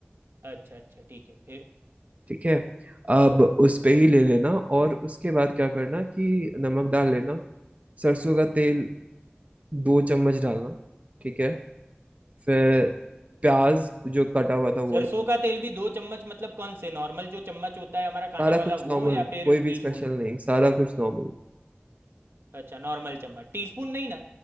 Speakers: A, on the right; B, on the right.
A: अच्छा अच्छा ठीक है फिर
B: ठीक है अब उस पे ही ले लेना और उसके बाद क्या करना कि नमक डाल लेना सरसों का तेल दो चम्मच डालना ठीक है फिर प्याज जो कटा हुआ था
A: सरसों
B: वो डालना
A: का तेल भी दो चम्मच मतलब कौन से नॉर्मल जो चम्मच होता है हमारा खाने
B: सारा कुछ
A: वाला
B: नॉर्मल
A: वो या फिर
B: कोई भी
A: टीस्पून
B: स्पेशल नहीं सारा कुछ नॉर्मल
A: अच्छा नॉर्मल चम्मच टीस्पून नहीं ना